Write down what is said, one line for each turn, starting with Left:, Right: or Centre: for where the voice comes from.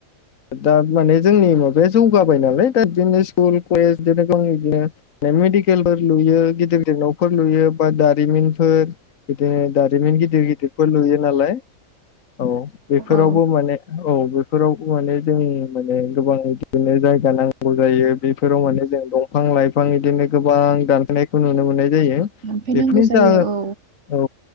Left: दा माने जोंनि माबाया जौगाबाय नालाय दा बिदिनो स्कुल कलेज बिदिनो गाव बिदिनो मेडिकेलफोर लुयो गिदिर गिदिर न'फोर लुयो बा दारिमिनफोर बिदिनो दारिमिन गिदिर गिदिरफोर लुयो नालाय औ बेफोरावबो
Right: औ
Left: माने औ बेफोरावबो माने जों माने गोबां बिदिनो जायगा नांगौ जायो बेफोराव माने जों दंफां लाइफां बिदिनो गोबां दानखोनायखौ नुनो मोनो नाय जायो
Right: लांफैनांगौ
Left: बेफोरनि
Right: जायो
Left: जा
Right: औ
Left: औ